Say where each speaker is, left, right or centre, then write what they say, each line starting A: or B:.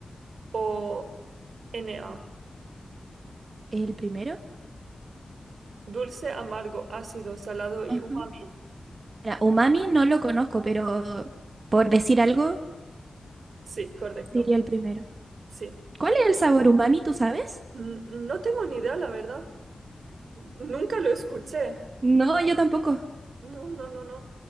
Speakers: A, on the right; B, on the right.
A: o NA.
B: ¿El primero?
A: Dulce, amargo, ácido, salado y
B: Ajá.
A: umami.
B: Mira, Umami no lo conozco, pero por decir algo,
A: Sí, correcto.
B: diría el primero.
A: Sí.
B: ¿Cuál es el sabor umami, tú sabes?
A: N- No tengo ni idea, la verdad. Nunca lo escuché.
B: No, yo tampoco.
A: No, no, no, no.